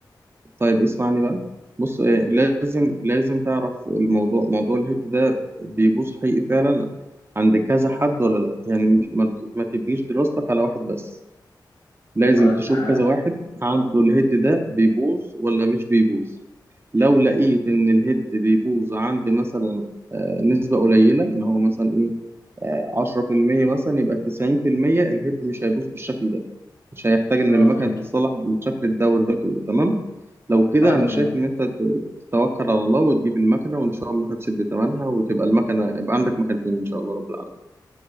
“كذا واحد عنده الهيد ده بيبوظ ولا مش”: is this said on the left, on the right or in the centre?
Right